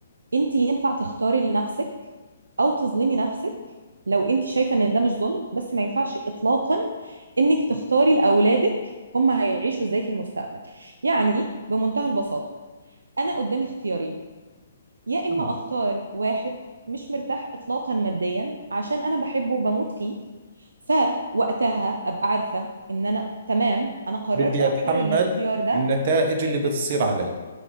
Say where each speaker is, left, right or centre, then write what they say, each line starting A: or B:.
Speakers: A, on the right; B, on the right.
A: انت ينفع تختاري لنفسك او تظلمي نفسك لو انت شايفه ان ده مش ظلم بس ما ينفعش اطلاقا انك تختاري لاولادك هم هيعيشوا ازاي في المستقبل يعني بمنتهى البساطه انا قدامي اختيارين يا اما
B: تمام
A: اختار واحد مش مرتاح اطلاقا ماديا عشان انا بحبه وبموت فيه فوقتها ابقى عارفه ان انا تمام انا قررت
B: بدي
A: اختار
B: أتحمل
A: الاختيار ده
B: النتائج اللي بتصير علي